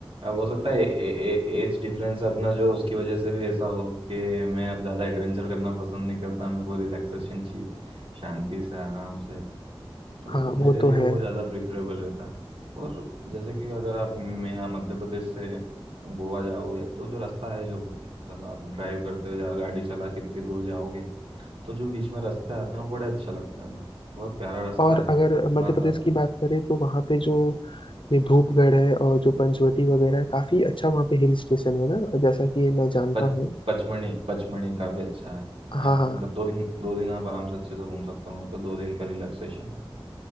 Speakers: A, on the right; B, on the left.
A: अब हो सकता है एज डिफरेंस अपना जो उसकी वजह से भी ऐसा हो कि मैं अब ज्यादा एडवेंचर करना पसंद नहीं करता मेरे को रिलैक्सेशन चाहिए शांति से आराम से तो
B: हाँ वो
A: मेरे
B: तो
A: लिए
B: है
A: वो ज़्यादा प्रिफरेबल रहता है और जैसे कि अगर आप मैं यहाँ मध्य प्रदेश से गोवा जाओगे तो जो रास्ता है जो मतलब आप ड्राइव करते हो या गाड़ी चला के इतनी दूर जाओगे तो जो बीच में रास्ते आते हैं वो बड़े अच्छा लगता है बहुत प्यारा रास्ता
B: और
A: है
B: अगर
A: मज़ा
B: मध्य प्रदेश
A: आता
B: की
A: है
B: बात करें तो वहाँ पे जो ये धूपगढ़ है और जो पंचवटी वगैरह है काफी अच्छा वहाँ पे हिल स्टेशन है ना जैसा कि मैं जानता
A: पच
B: हूँ
A: पचमणी पचमणी काफ़ी अच्छा है अ,
B: हाँ हाँ
A: मतलब दो दिन दो दिन आप आराम से अच्छे से घूम सकते हो वहाँ पर दो दिन का रिलैक्सेशन